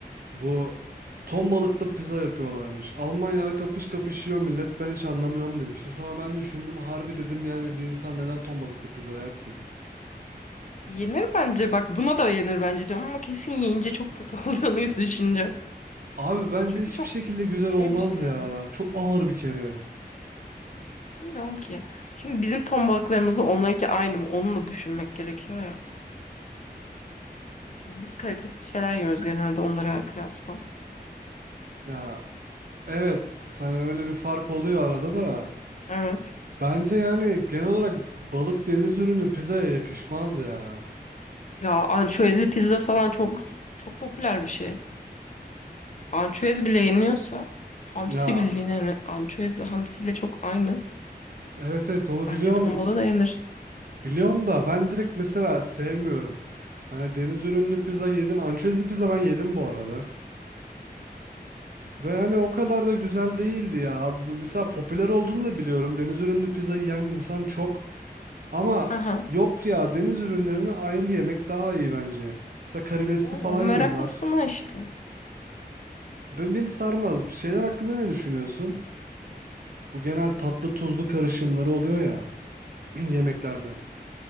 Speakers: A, on the right (about 60°); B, on the left (about 45°).
A: Bu ton balıklı pizza yapıyorlarmış. Almanya'da kapış kapış yiyor millet ben hiç anlamıyorum demişti. Sonra ben düşündüm harbi dedim yani bir insan neden ton balıklı pizza yer ki?
B: Yenir bence. Bak buna da yenir bence diyorum ama kesin yiyince çok kötü <laughs> olduğunu düşüneceğim.
A: Abi bence
B: Çünkü
A: hiçbir
B: çok
A: şekilde güzel
B: şey
A: olmaz
B: bir şey yani.
A: ya. Çok ağır bir kere.
B: Bilmiyorum ki. Şimdi bizim ton balıklarımızla onlarınki aynı mı? Onu da düşünmek gerekiyor ya. Çünkü biz kalitesiz şeyler yiyoruz genelde onlara kıyasla.
A: Ya evet hani öyle bir fark oluyor arada da.
B: Evet.
A: Bence yani genel olarak balık deniz ürünü pizzaya yakışmaz ya.
B: Ya ançüezli pizza falan çok çok popüler bir şey. Ançüez bile yeniyorsa hamsi
A: Ya
B: bildiğin yani ançüez hamsiyle çok aynı.
A: evet evet onu
B: Bence
A: biliyorum.
B: ton balığı da yenir.
A: Biliyorum da ben direkt mesela sevmiyorum. Hani deniz ürünlü pizza yedim. Ançezli pizza ben yedim bu arada. Ve hani o kadar da güzel değildi ya. Bu Mesela popüler olduğunu da biliyorum. Deniz ürünlü pizza yiyen insan çok. Ama
B: Hı hı.
A: yok ya deniz ürünlerini ayrı yemek daha iyi bence. Mesela karidesli
B: Yani
A: falan yiyorlar.
B: meraklısına işte.
A: Ben beni sarmaz. Şeyler hakkında ne düşünüyorsun? Bu genel tatlı tuzlu karışımları oluyor ya <clears throat> yemeklerde.